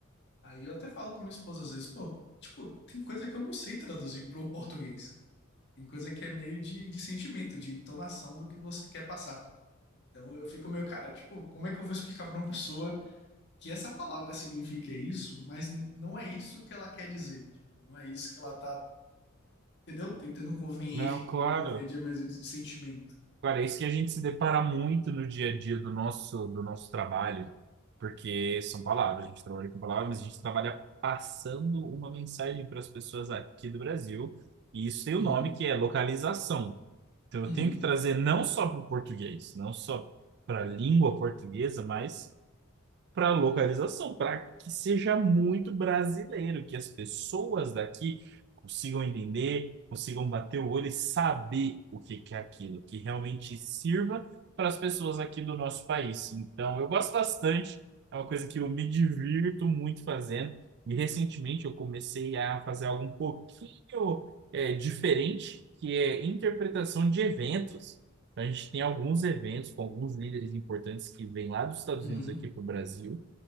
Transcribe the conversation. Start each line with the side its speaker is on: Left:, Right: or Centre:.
Left: Aí eu até falo com minha esposa às vezes, pô, tipo, tem coisa que eu não sei traduzir pro português. Tem coisa que é meio de, de sentimento, de entonação do que você quer passar. Então eu fico meio, cara, tipo, como é que eu vou explicar pra uma pessoa que essa palavra significa isso, mas n- não é isso que ela quer dizer. Tipo, não é isso que ela tá, entendeu? Tentando convenher,
Right: Não,
Left: co-
Right: claro.
Left: convencer, mas de sentimento.
Right: Cara, é isso que a gente se depara muito no dia a dia do nosso, do nosso trabalho, porque são palavras, a gente trabalha com palavras, mas a gente trabalha passando uma mensagem para as pessoas aqui do Brasil, e isso tem o
Left: Uhum,
Right: nome que é localização. Então
Left: uhum,
Right: eu tenho que trazer não só para o português, não só para a língua portuguesa, mas para localização, para que seja muito brasileiro, que as pessoas daqui consigam entender, consigam bater o olho e saber o que que é aquilo, que realmente sirva para as pessoas aqui do nosso país. Então, eu gosto bastante, é uma coisa que eu me divirto muito fazendo. E recentemente eu comecei a fazer algo um pouquinho é, diferente, que é interpretação de eventos. Então, a gente tem alguns eventos com alguns líderes importantes que vêm lá dos Estados
Left: uhum.
Right: Unidos aqui para o Brasil.